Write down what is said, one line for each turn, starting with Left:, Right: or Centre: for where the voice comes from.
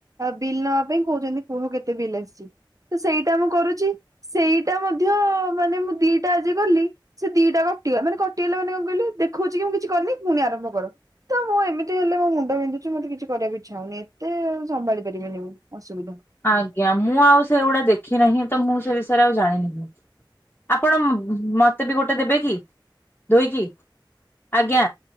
Right: ବିଲ୍ ନବା ପାଇଁ। କହୁଛନ୍ତି କୁହ କେତେ ବିଲ୍ ଆସିଛି? ତ ସେଇଟା ମୁଁ କରୁଛି। ସେଇଟା ମଧ୍ୟ ମାନେ ମୁଁ ଦିଟା ଆଜି କଲି ସେ ଦିଟା କଟିଗ ମାନେ କଟିଗଲା ମାନେ କଣ କହିଲେ ଦେଖଉଛି କି ମୁଁ କିଛି କରିନି ପୁଣି ଆରମ୍ଭ କର ତ ମୁଁ ଏମିତି ହେଲେ ମୋ ମୁଣ୍ଡ ବିନ୍ଧୁଛି ମତେ କିଛି କରିବା ଇଛା ହୁଏ ଏତେ ସମ୍ଭାଳି ପାରିବିନି ଅସୁବିଧା।
Left: ଆଜ୍ଞା ମୁଁ ଆଉ ସେଗୁଡା ଦେଖି ନାହିଁ ତ ମୁଁ ସେ ବିଷୟରେ ଆଉ ଜାଣିିନାହିଁ। ଆପଣ ମତେ ବି ଗୋଟେ ଦେବେ କି ଧୋଇକି ଆଜ୍ଞା